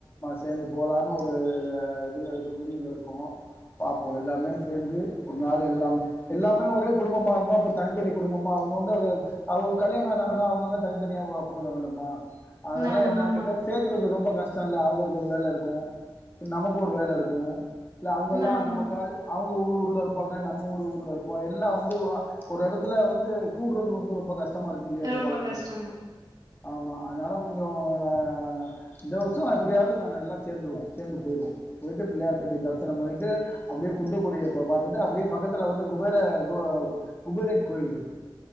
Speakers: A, on the left; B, on the right.
A: சேந்து போலான்னு ஒரு ஹ் இதில இருக்கு முடிவுல இருக்கு. போ, பாப்போ எல்லாருமே சேர்ந்து ஒரு நாள் எல்லா எல்லாமே ஒரே குடும்பம்மா இருந்தோ. இப்ப தனித்தனி குடும்பம்மா அவங்கவுங்க அவங்க கல்யாண ஆ அவங்கவங்க தனித்தனியா போய்ருவாங்க இல்லம்மா. அதனால
B: ஆமா
A: என்னனு
B: ஆமா
A: கேட்டா சேக்கறது ரொம்ப கஷ்ட் சன்ல அவங்களுக்கு ஒரு வேல இருக்கு. நமக்கு ஒரு வேல இருக்கு. இல்ல அவங்கல்லா
B: ஆமா
A: நமக்காது அவங்க ஊர் ஊர்ல இருப்பாங்க. நம்ம ஒரு ஊர்ல இருப்போ. எல்லா வந்து ஆஹ் ஒரு எடத்துல வந்து கூடுறது வந்து ரொம்ப கஷ்ட. ஷ்டமா இருக்கு இல்லையா இந்த
B: ரொம்ப
A: காலத்துல.
B: கஷ்டம்தான்
A: ஆமா, அதனால கொஞ்சோ ஆஹ் இந்த வருஷோ எப்டியாவது நாங்க எல்லா சேந்துருவோ. சேந்து போய்ருவோ. போய்ட்டு பிள்ளையார்பட்டி பஸ் தர்சனம் பண்ணிட்டு அப்டியே குன்றக்குடிய பா-பாத்துட்டு, அப்டியே பக்கத்துல வந்து குபேர கோ-குபேரன் கோயில் இருக்கு.